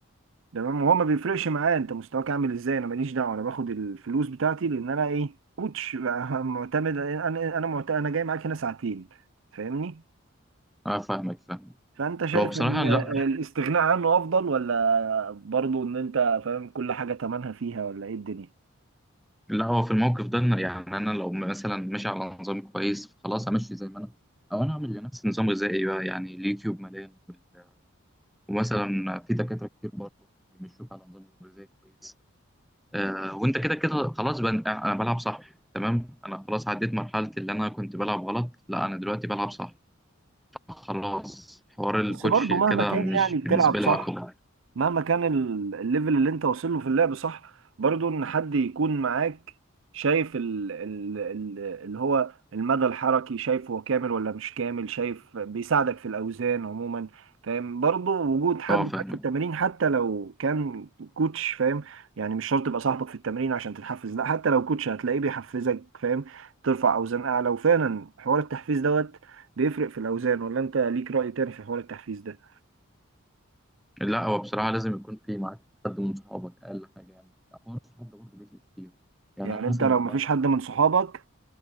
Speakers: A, on the right (about 65°); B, in the centre.
A: تمام وهو ما بيفرقش معاه انت مستواك عامل ازاي انا ماليش دعوه انا باخد الفلوس بتاعتي لان انا ايه كوتش <laughs> بقى، معتمد انا انا معتمد انا جاي معاك هنا ساعتين فاهمني
B: اه فاهمك فاهم
A: فانت شايف
B: هو بصراحة
A: ان
B: لا
A: الاستغناء عنه افضل ولا برضو ان انت فاهم كل حاجة تمنها فيها ولا ايه الدنيا
B: لا هو في الموقف ده إن- يعني أنا لو مثلا ماشي على نظام كويس خلاص أمشي زي ما أنا أو أنا أعمل لنفسي نظام غذائي بقى يعني اليوتيوب مليان وال- ومثلا في دكاترة كتير برضه بيمشوك على نظام غذائي كويس آه وأنت كده كده خلاص بقى أنا أنا بلعب صح تمام أنا خلاص عديت مرحلة اللي أنا كنت بلعب غلط لا أنا دلوقتي بلعب صح خلاص حوار الكوتش
A: بس برضو
B: كده
A: مهما كان
B: مش
A: يعني
B: بالنسبة
A: بتلعب صح
B: لي عقبة
A: مهما كان ال- الليفل اللي انت واصل له في اللعب صح برضو ان حد يكون معاك شايف ال ال ال اللي هو المدى الحركي شايف هو كامل ولا مش كامل شايف بيساعدك في الاوزان عموما فاهم برضو وجود حد
B: اه
A: معاك
B: فاهمك
A: في التمرين حتى لو كان كوتش فاهم يعني مش شرط يبقى صاحبك في التمرين عشان تتحفز لا حتى لو كوتش هتلاقيه بيحفزك فاهم ترفع اوزان اعلى وفعلا حوار التحفيز دوت بيفرق في الاوزان ولا انت ليك رأي تاني في حوار التحفيز ده
B: لا هو بصراحة لازم يكون في معاك حد من صحابك أقل حاجة يعني حوار الصحاب ده برضه بيفرق كتير يعني
A: يعني
B: أنا مثلا
A: انت لو
B: مش
A: مفيش
B: بعرف
A: حد
B: أنط-
A: من صحابك